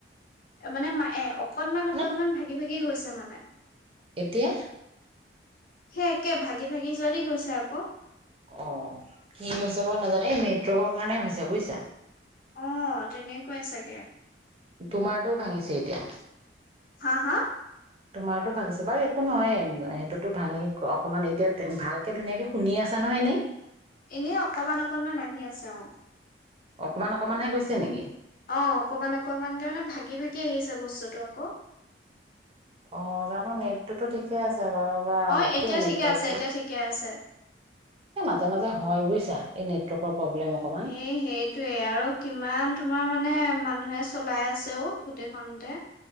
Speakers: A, on the left; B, on the right.
A: এ মানে মায়ে অকনমান অকনমান
B: নে
A: ভাগি ভাগি গৈছে <inaudible> মানে <inaudible>
B: এতিয়া <inaudible>
A: সেই একে ভাগি ভাগি যোৱাল গৈছে আকৌ <inaudible>
B: অ' কি হৈছে বাৰু নাজানে। এই নেটৱৰ্কৰ কাৰণে হৈছে বুজিছা।
A: অ' তেনেকুৱাই চাগে।
B: তোমাৰটোও ভাঙিছে এতিয়া।
A: হা, হা?
B: তোমাৰতো ভাঙিছে বাৰু একো নহয়, সেইটোতো ভাঙি অকমান এতিয়া ভালকে ধুনীয়াকে শুনি আছা নহয়, এনে?
A: এনে অকমান, অকনমান আহি আছে অ।
B: অকমান, অকমানহে গৈছে নেকি?
A: অ অকমান, অকমানকে মানে ভাগি-ভাগি আহিছে বস্তুটো আক।
B: অ জানো নেটটোতো ঠিকে আছ ছে বাও বাও
A: অ এতিয়া
B: কি নেটৱৰ্কটো,
A: ঠিকে আছে এতিয়া ঠিকে আছে
B: এই মাজে মাজে হয় বুজিছা। এই নেটৱৰ্কৰ প্ৰব্লেম অকমান
A: এ সেইটোৱে আৰু কিমান তোমাৰ মানে মান ধয়ে চলাই আছেও গোটেইখনতে।